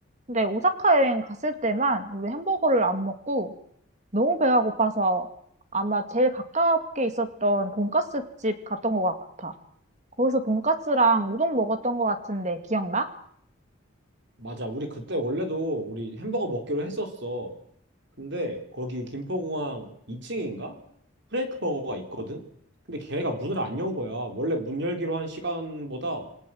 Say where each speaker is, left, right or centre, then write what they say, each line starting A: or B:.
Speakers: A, on the right; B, on the right.
A: 근데 오사카 여행 갔을 때만 우리 햄버거를 안 먹고 너무 배가 고파서 아마 제일 가깝게 있었던 돈까스 집 갔던 것 같아. 거기서 돈까스랑 우동 먹었던 것 같은데 기억나?
B: 맞아, 우리 그때 원래도 우리 햄버거 먹기로 했었어. 근데 거기 김포공항 2층인가? 프랭크 버거가 있거든? 근데 걔네가 문을 안 연 거야. 원래 문 열기로 한 시간보다